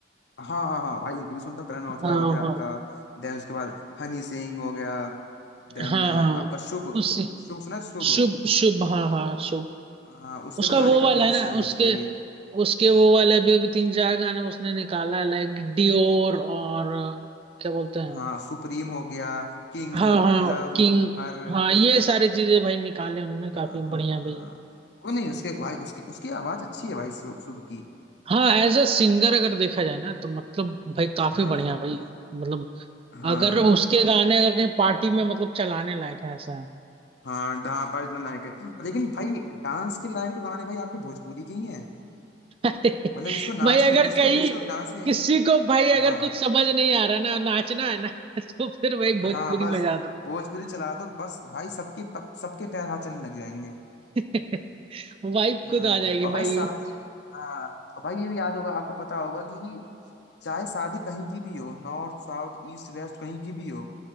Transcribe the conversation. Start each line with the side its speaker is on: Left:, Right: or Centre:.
Left: हाँ हाँ हाँ भाई उनके भी सुनता हूँ करण औजला
Right: हाँ
Left: हो गया आपका
Right: हाँ
Left: देन उसके बाद हनी सिंह हो गया देन
Right: हाँ हाँ
Left: आपका शुभ
Right: उससे
Left: शुभ सुना है? शुभ
Right: शुभ शुभ हाँ हाँ शुभ
Left: हाँ उसके
Right: उसका
Left: भी गाने
Right: वो
Left: काफी
Right: वाला
Left: अच्छे
Right: है ना
Left: हैं
Right: उसके
Left: उसके भी
Right: उसके वो वाले भी, भी तीन चार गाने उसने निकाला है लाइक डियोर और अ, क्या बोलते हैं
Left: हाँ सुप्रीम हो गया किंग
Right: हाँ हाँ
Left: लव
Right: किंग
Left: हर
Right: हाँ ये सारी चीजें भाई निकाले उनने
Left: हाँ
Right: काफी
Left: हाँ
Right: बढ़िया
Left: हाँ
Right: भाई
Left: वो नहीं उसके भाई उसकी उसकी आवाज अच्छी है भाई शुभ शुभ की
Right: हाँ एज अ सिंगर अगर देखा जाए ना तो मतलब भाई काफी
Left: हाँ
Right: बढ़िया भाई मतलब
Left: हाँ
Right: अगर उसके गाने अगर कहीं पार्टी में मतलब चलाने लायक है ऐसा है।
Left: हाँ डा अर्जुन लायक है लेकिन भाई डांस के लायक तो गाने भाई आपके भोजपुरी के ही हैं
Right: <laughs> अरे
Left: मतलब जिसको नाच
Right: भाई अगर
Left: में जिसको
Right: कहीं
Left: जिसको डांस में
Right: किसी को भाई अगर
Left: हाँ
Right: कुछ समझ नहीं आ रहा ना नाचना है ना <laughs> तो फिर भाई भोजपुरी
Left: हाँ बस
Right: बजा दो
Left: भोजपुरी चला दो बस भाई सबके प- सबके पैर हाथ चलने लग जाएंगे
Right: <laughs> वाइब
Left: हाँ
Right: खुद आ जाएगी
Left: और भाई
Right: भाई
Left: शादी हाँ और भाई ये भी याद होगा आपको पता होगा कि चाहे शादी कहीं की भी हो नॉर्थ साउथ ईस्ट वेस्ट कहीं की भी हो